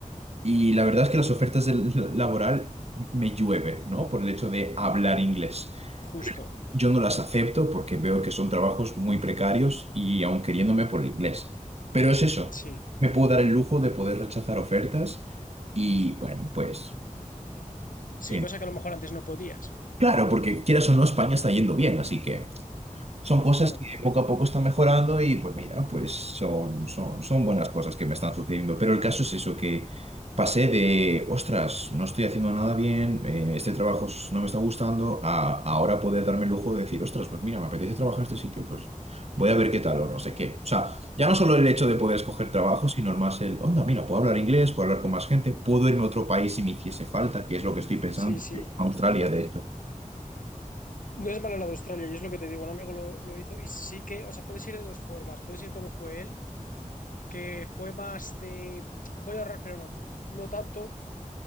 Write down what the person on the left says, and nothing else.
justo.
Sí.
Sí, cosa que a lo mejor antes no podías.
Claro.
Sí, sí.
No es malo la de Australia, y es lo que te digo, un amigo lo, lo hizo y sí que, o sea, puedes ir de dos formas, puedes ir como fue él, que fue más de voy a ahorrar, pero no, no tanto,